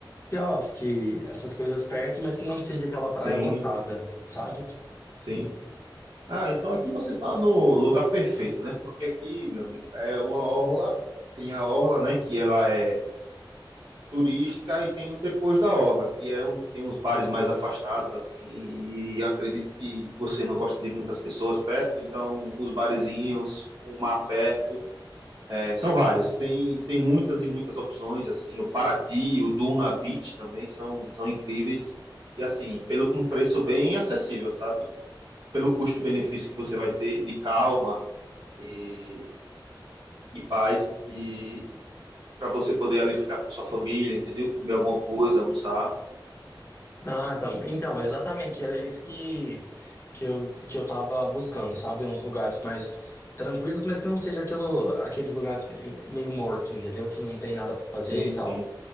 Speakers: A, on the left (about 30°); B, on the right (about 55°).
A: quiosque, essas coisas perto, mas que não seja aquela praia
B: sim,
A: lotada, sabe?
B: sim. Ah, então aqui você tá no lugar perfeito, né? Porque aqui, meu amigo, é uma orla, tem a orla, né, que ela é turística e tem o Depois da Orla, que é onde tem uns bares mais afastados, assim, e acredito que você não gosta de muitas pessoas perto, então os barezinhos com o mar perto, é, são vários, tem, tem muitas e muitas opções, assim, o Paraty, o Duna Beach também são, são incríveis, e assim, pelo um preço bem acessível, sabe? Pelo custo-benefício que você vai ter de calma e, e paz, que para você poder ali ficar com sua família, entendeu? Comer alguma coisa, almoçar.
A: Ah, então, então, exatamente, era isso que, que eu, que eu tava buscando, sabe? Uns lugares mais tranquilos, mas que não seja aquilo, aqueles lugares meio morto, entendeu? Que não tem nada pra fazer
B: Sim,
A: e
B: sim,
A: tal.